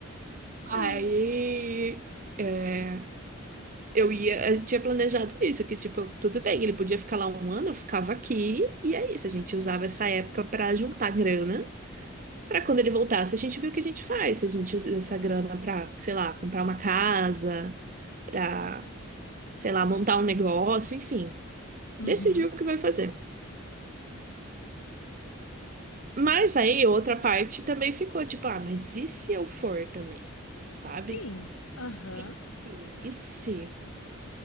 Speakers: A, on the right; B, on the left.
A: aí
B: Ah,
A: é, eu ia, a gente tinha planejado isso, que tipo, tudo bem, ele podia ficar lá um ano, eu ficava aqui, e é isso, a gente usava essa época pra juntar grana, pra quando ele voltasse, a gente viu o que a gente faz, se a gente usa essa grana pra, sei lá, comprar uma casa, pra, sei lá, montar um negócio, enfim,
B: Uhum,
A: decidiu o que vai fazer. Mas aí outra parte também ficou tipo, ah, mas e se eu for também? Sabe?
B: sim. Aham.
A: E se? E se?